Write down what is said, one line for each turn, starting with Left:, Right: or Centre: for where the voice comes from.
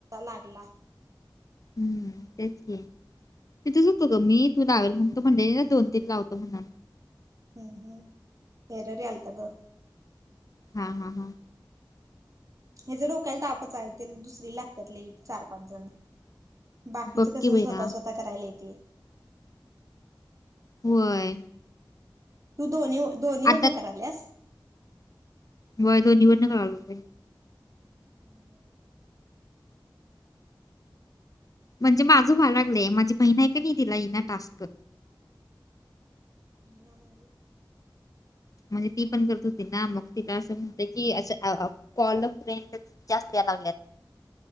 Right: लागला
Left: हम्म तेच की तिथच होतो ग मी तू लावेल म्हणून म्हटले ना दोन तीन लावतो म्हणून
Right: हम् हम् पेररी आलतं ग
Left: हा हा हा
Right: हे जर डोक्याला तापच आहे ते दुसरी लागत्यात लई चार पाच जण बाकीचं
Left: बघ
Right: कस
Left: की बहिणा
Right: स्वतः स्वतः करायला येते
Left: व्हय
Right: दोन्ही दोन्हीवर
Left: आता
Right: न करायल्यास.
Left: वाय दोन्हीवरण करायला.
Right: हम्म हम्म
Left: म्हणजे माझं व्हाय लागलंय माझी बहिण आहे की नाही तिला येईना टास्क.
Right: येईना म्हणजे?
Left: म्हणजे ती पण करत होती ना मग तिला असं म्हणतं की अस कॉल अ फ्रेंड जास्त द्या लागल्यात.